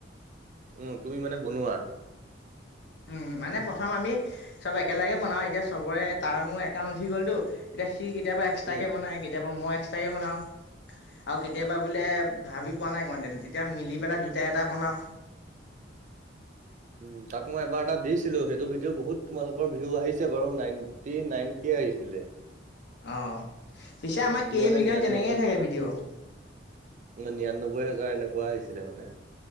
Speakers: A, on the right; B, on the left.
A: উম, তুমি মানে বনোৱা।
B: উম মানে প্ৰথম আমি। চব একেলগে বনাওঁ এতিয়া চবৰে তাৰ মোৰ একাউণ্ট উঠি গ'লতো, এতিয়া সি কেতিয়াবা এক্সট্ৰাকে
A: উম
B: বনাই কেতিয়াবা মই এক্সট্ৰাকে বনাওঁ। আৰু কেতিয়াবা বোলে ভাবি পোৱা নাই কন্তেন তেতিয়া মিলি পেলাই দুটাই এটা বনাও।
A: উম, তাক মই এবাৰ এটা দিছিলো সেইটো ভিডিঅ' বহুত তোমালোকৰ ভিউ আহিছে বাৰু নাইনটি নাইন কে আহিছিলে।
B: অ পিছে আমাৰ কেই
A: মানে
B: মিভলিয়ন
A: নিৰান্নব্বৈ
B: তেনেকেইে থাকে ভিডিঅ'
A: নিৰান্নব্বৈ হাজাৰ এনেকুৱা আহিছিলে মানে।